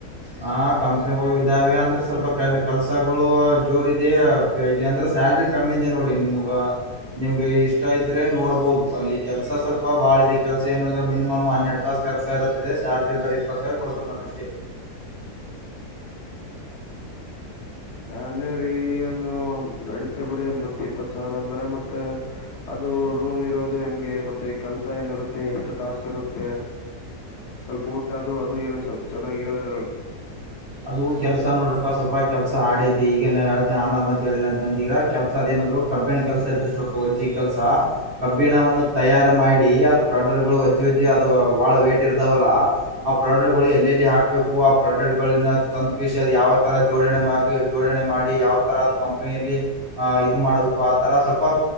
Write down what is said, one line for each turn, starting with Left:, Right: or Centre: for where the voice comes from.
Right: ಹ ಕಂಪನಿಗಳು ಇದಾವೆ ಅಂದ್ರೆ ಸ್ವಲ್ಪ ಕೆಲ್ಸಗಳು ಜೋರ್ದೆ ಇಲ್ಲಿ ಅಂದ್ರೆ ಸ್ಯಾಲ್ರಿ ಕಮ್ಮಿ ಇದೆ ನೋಡಿ ನಿಮ್ಗ ನಿಮ್ಗೆ ಇಷ್ಟ ಇದ್ರೆ ನೋಡ್ಬಹುದು ಅಲ್ಲಿ ಕೆಲ್ಸ ಸ್ವಲ್ಪ ಬಾಳ ಇದೆ ಕೆಲ್ಸ ಏನಂದ್ರೆ ಮಿನಿಮಮ್ ಹನ್ನೆರಡ್ ತಾಸ ಕೆಲ್ಸ ಇರುತ್ತದೆ ಸ್ಯಾಲ್ರಿ ಬರಿ ಇಪ್ಪತ್ ಸಾವಿರ ಕೊಡ್ತದೆ ನೋಡಿ ಅಷ್ಟೇ
Left: ಸ್ಯಾಲರಿಯನ್ನು ನಡತಾ ಬಿಡಿ ಮತ್ತ್ ಇಪ್ಪತ್ ಸಾವಿರ ಅಂದ್ರೆ ಮತ್ತೆ ಅದು ರೂಮ್ ಇರೋದು ಹೆಂಗೆ ಮತ್ತೆ ಕೆಲ್ಸ ಏನಿರುತ್ತೆ ಎಷ್ಟು ತಾಸು ಇರುತ್ತೆ ಸ್ವಲ್ಪ ಊಟ ಅದು ಅದು ಏನ ಸ್ವಲ್ಪ ಚನ್ನಾಗಿ್ ಹೇಳದ್ರುತ್ತೆ
Right: ಅದು ಕೆಲಸ ನೋಡ್ರಪ್ಪ ಸ್ವಲ್ಪ. ಕೆಲಸ ಹಾಡಿದ್ದೆ ಈಗ ಆಮೇಲೆ ಮತ್ತ ಹೇಳಿಲ್ಲ ಅಂತಂದರ ಕೆಲಸ ಅದಏನಂದ್ರು ಕಬ್ಬಿಣ ಕೆಲಸ ಇರುತ್ತೆ ಸ್ವಲ್ಪ ಒಜ್ಜಿ ಕೆಲಸ ಕಬ್ಬಿಣವನ್ನು ತಯಾರಿು ಮಾಡಿ ಅದು ಪ್ರಾಡಕ್ಟ್ ಗಳು ಒಜ್ಜಿಜ್ಜ ಅದುಹಳ ವೇಟ್ ಇರ್ತಾವಲ್ಲ ಆ ಪ್ರಾಡಕ್ಟ್ ಗಳು ಎಲ್ಲೆಲ್ಲಿ ಹಾಕ್ಬೇಕು ಆ ಪ್ರಾಡಕ್ಟ್. ತಂದು ಕಿ ಅ ಯಾವ ತರ ಜೋಡಣೆ ಜೋಡಣೆ ಮಾಡಿ ಯಾವ. ತರ ಕಂಪನಿಯಲ್ಲಿ್ ಇದು ಮಾಡ್ ಆ ತರ ಸ್ವಲ್ಪ